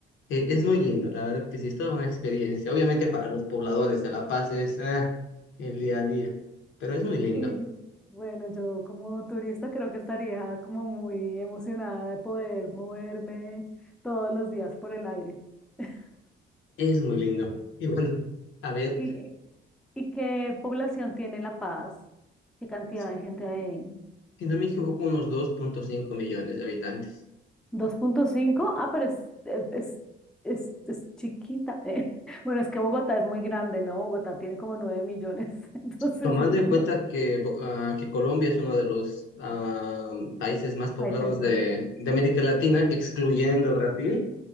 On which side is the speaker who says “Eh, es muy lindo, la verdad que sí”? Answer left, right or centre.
Left